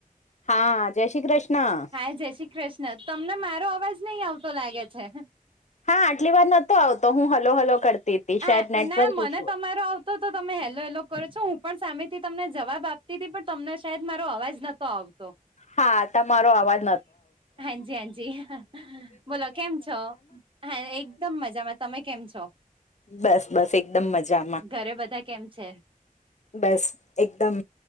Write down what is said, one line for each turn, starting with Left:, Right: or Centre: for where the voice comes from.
Left: હા જય શ્રી કૃષ્ણ.
Right: હા જય શ્રી કૃષ્ણ તમને મારો અવાજ નહી આવતો લાગે છે.
Left: હા આટલી વાર નહોતો આવતો હું હલો હલો કરતી. હતી
Right: હ
Left: શાયદ નેટવર્ક
Right: ના મને
Left: ઇસ્યુ
Right: તમારો આવ તો તો તમે હેલો હેલો કરો છો હું પણ સામેથી તમને જવાબ આપતી હતી પણ તમને સાદ મારો અવાજ નતો આવતો.
Left: હા તમારો આવાજ
Right: હાજી હાજી બોલો કેમ છો? હા એકદમ મજામાં. તમે કેમ છો?
Left: બસ બસ એકદમ મજામાં.
Right: ઘરે બધા કેમ છે
Left: બસ એકદમ